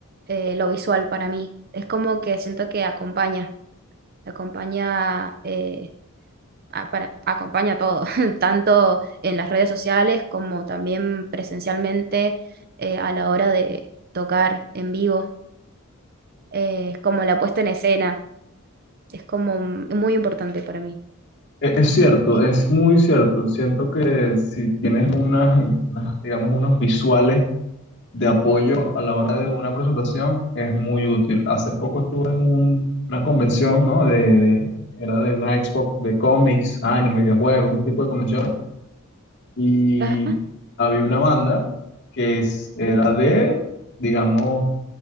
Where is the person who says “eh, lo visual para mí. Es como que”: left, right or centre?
Right